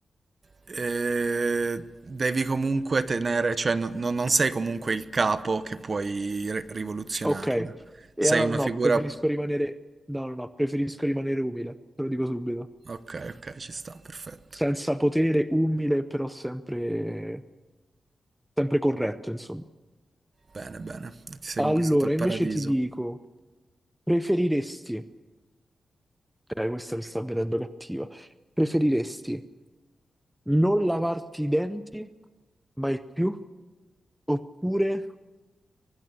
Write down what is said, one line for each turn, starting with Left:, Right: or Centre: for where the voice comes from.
Right: Eh, devi comunque tenere, cioè no- no- non sei comunque il capo che puoi ri- rivoluzionarla.
Centre: Ok. E
Right: Sei
Centre: allora
Right: una
Centre: no,
Right: figura...
Centre: preferisco rimanere... No, no, no, preferisco rimanere umile, te lo dico subito.
Right: Ok, ok, ci sta, perfetto.
Centre: Senza potere, umile, però sempre, sempre corretto, insomma.
Right: Bene, bene. Ti sei
Centre: Allora,
Right: conquistato il
Centre: invece
Right: paradiso.
Centre: ti dico, preferiresti... Eh, questa mi sta venendo cattiva. Preferiresti non lavarti i denti mai più, oppure